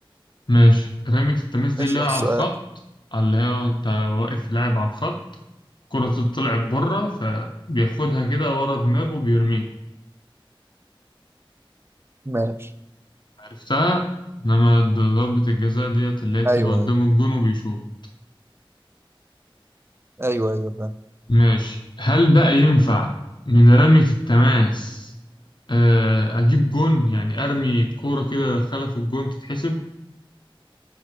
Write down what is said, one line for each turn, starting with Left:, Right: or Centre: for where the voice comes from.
Left: ماشي رمية التماس دي
Right: اشرح
Left: اللي هي
Right: السؤال
Left: على الخط اللي هي انت واقف لاعب على الخط الكرة طلعت بره فبياخدها كده ورا دماغه وبيرميها
Right: ماشي
Left: عرفتها انما د- ضربة الجزاء ديت اللي هي بتبقى
Right: ايوه
Left: قدام
Right: ايوه
Left: الجون وبيشوط
Right: ايوه ايوه فاهم
Left: ماشي هل بقى ينفع من رمية التماس آه، اجيب جون يعني ارمي كورة كده ادخلها في الجون تتحسب